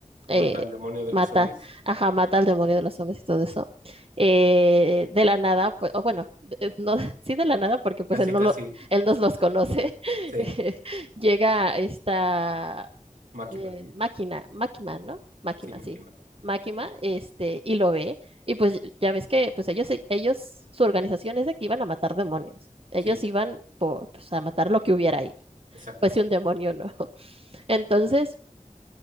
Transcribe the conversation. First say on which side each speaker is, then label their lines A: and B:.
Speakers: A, on the right; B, on the right.
A: eh,
B: mata al demonio de
A: mata,
B: los zombies.
A: ajá, mata al demonio de los hombres y todo eso, eh, de la nada, pues, o bueno, de- no, <laughs> sí de la nada, porque pues
B: Casi,
A: él no
B: casi,
A: lo, él nos los conoce,
B: sí,
A: <laughs> llega esta
B: Máquina,
A: eh, Máquina, Máquima ¿no? Máquima
B: sí, Máquina,
A: sí. Máquima este, y lo ve, y pues ya ves que pues ellos, ellos, su organización es de que iban a matar demonios. Ellos
B: sí,
A: iban por, pues, a matar lo que hubiera ahí,
B: exacto,
A: fuese un demonio, ¿no? <laughs> Entonces,